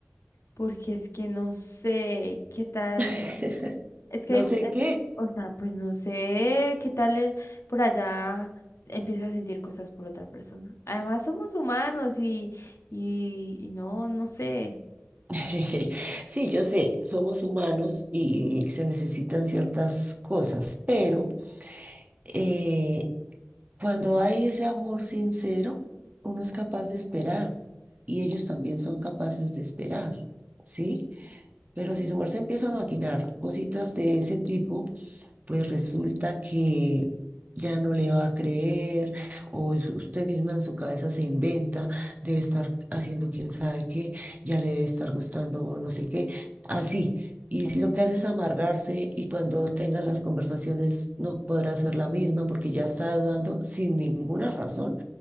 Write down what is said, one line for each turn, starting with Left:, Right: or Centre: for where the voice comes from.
Left: Porque es que no sé qué tal.
Right: <laughs>
Left: Es que,
Right: No
Left: em,
Right: sé qué.
Left: o sea, pues no sé qué tal el, por allá empieza a sentir cosas por otra persona. Además, somos humanos y, y, y no, no sé.
Right: <laughs> Sí, yo sé, somos humanos y se necesitan ciertas cosas, pero eh, Cuando hay ese amor sincero, uno es capaz de esperar y ellos también son capaces de esperar, ¿sí? Pero si su merced empieza a maquinar cositas de ese tipo, pues resulta que ya no le va a creer o es usted misma en su cabeza se inventa, debe estar haciendo quién sabe qué, ya le debe estar gustando no sé qué, así. Y lo que hace es amargarse y cuando tengan las conversaciones no podrá ser la misma porque ya está dudando sin ninguna razón.